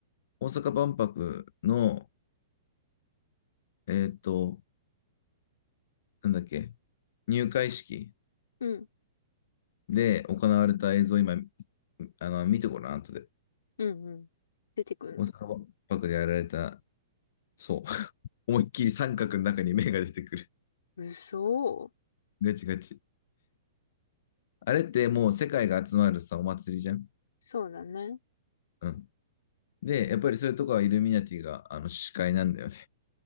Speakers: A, on the left; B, on the left.
A: 大阪万博の、えっと、なんだっけ、入会式
B: うん。
A: で行われた映像、今、あの、見てごらん、後で。
B: うんうん。出てくるの。
A: 大阪万博でやられた、そう。<laughs> 思いっきり三角の中に目が出てくる。
B: 嘘。
A: ガチガチ。あれってもう世界が集まるさ、お祭りじゃん。
B: そうだね。
A: うんで、やっぱりそういうとこはイルミナティがあの司会なんだよね。